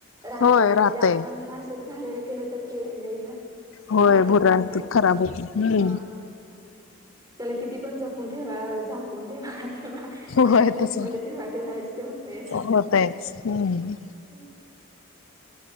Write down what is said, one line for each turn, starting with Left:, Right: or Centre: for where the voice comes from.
Right: राहतय
Left: होय
Right: नाहीतरी
Left: राहतय
Right: आपण असंच घालायला केलं तर ते नाही राहत.
Left: होय
Right: खराब होतय
Left: भुरळ
Right: लगेच
Left: येतोय त खराब होत हम्
Right: हा त्याला किती पण जपून ठेवा झाकून ठेवा.
Left: होय
Right: आणि फ्रीज
Left: तस
Right: मध्ये ठेवा ते व्हायच ते होतच.
Left: होतयच हम्म
Right: हम.